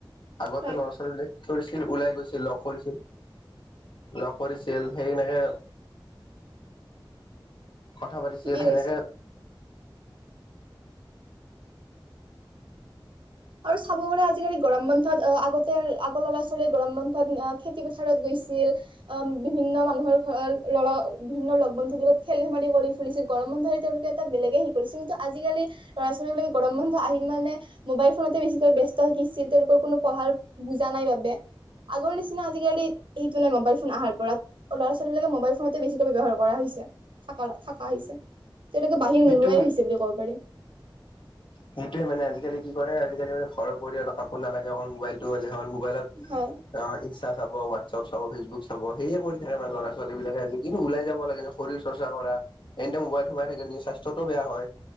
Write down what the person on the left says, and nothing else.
আগতে
ল'ৰা-ছোৱালীবিলাকে ফুৰিছিল, ওলাই গৈছিল, লগ কৰিছিল। লগ কৰিছিল, সেই এনেকে কথা পাতিছিল,
সেনেকে
সেইটোয়ে
সেইটোৱে মানে, আজিকালি কি কৰে! আজিকালি মানে ঘৰৰ পৰিয়ালক কাকো নালাগে অকল মোবাইলটো হ'লে হ'ল। লত
অ ইনষ্টা চাব, <unintelligible> ব চাব, ফেচবুক চাব, সেয়ে কৰি থাকে মানে ল'ৰা-ছোৱালীবিলাকে। <unintelligible> ওলাই যাব লাগে শৰীৰ চৰ্চা কৰা, এনিটাইম মোবাইলত সোমাই থাকিলে স্বাস্থ্যটোও বেয়া হয়।